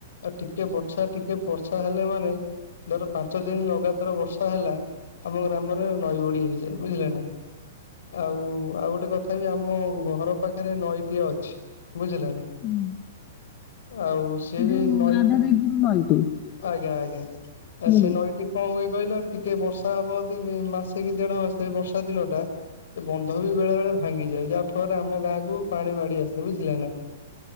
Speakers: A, on the left; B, on the left.
A: ଆ ଟିକେ ବର୍ଷା ଟିକେ ବର୍ଷା ହେଲେ ମାନେ ଧର ପାଞ୍ଚ ଦିନ ଲଗାତାର ବର୍ଷା ହେଲା ଆମ ଗ୍ରାମରେ ନଈ ବଡି ହେଇଯାଏ ବୁଝିଲେ ନା। ଆଉ ଆଉ ଗୋଟେ କଥା ବି ଆମ ଘର ପାଖରେ ନଈଟିଏ ଅଛି ବୁଝିଲେ ନା।
B: ହୁଁ।
A: ଆଉ। ସିଏ
B: <unintelligible>
A: ବି ନଈ ଆଜ୍ଞା ଆଜ୍ଞା ଆ
B: ହୁଁ।
A: ସେ ନ ସେଠି କଣ ହୁଏ କହିଲ ଟିକେ ବର୍ଷା ହବ ଯଦିମାସେ କି ଦେଢ ମାସେ ବର୍ଷା ଦିନ ଟା ସେ ବନ୍ଧ ବି ବେଳେ ବେଳେ ଭାଙ୍ଗିଯାଏ ଯାହା ଫଳରେ ଆମ ଗାଁକୁ ପାଣି ମାଡି ଆସେ ବୁଝିଲେ ନା।